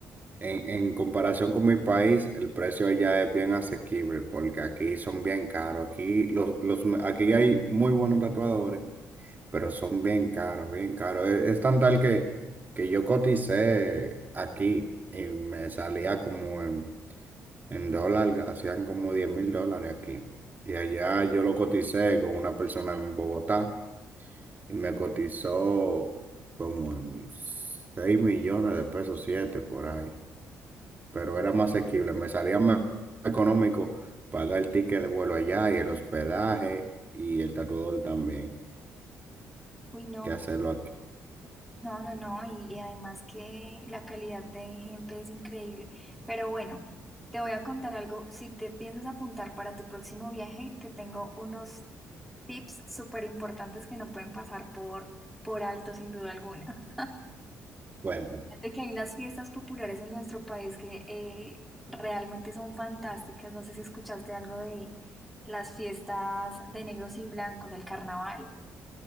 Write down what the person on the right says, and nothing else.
en, en comparación con mi país, el precio allá es bien asequible, porque aquí son bien caros. Aquí, los, los, aquí hay muy buenos tatuadores, pero son bien caros, bien caros. Es, es tan tal que, que yo coticé aquí y me salía como en, en dólar, hacían como diez mil dólares aquí. Y allá yo lo coticé con una persona en Bogotá y me cotizó como en 6 millones de pesos, 7 por ahí. Pero era más asequible, me salía más económico pagar el ticket de vuelo allá y el hospedaje y el tatuador también
que hacerlo aquí.
Bueno,